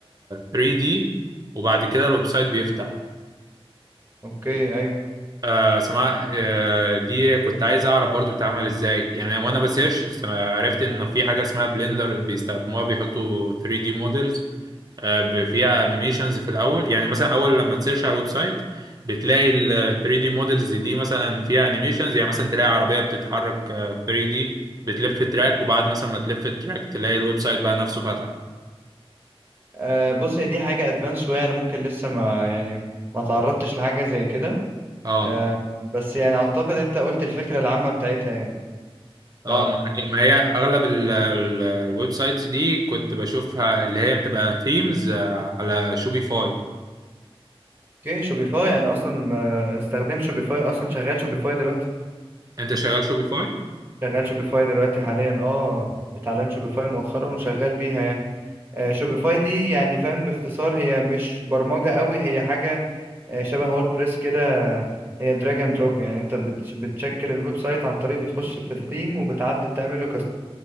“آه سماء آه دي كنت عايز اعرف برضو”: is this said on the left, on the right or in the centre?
Right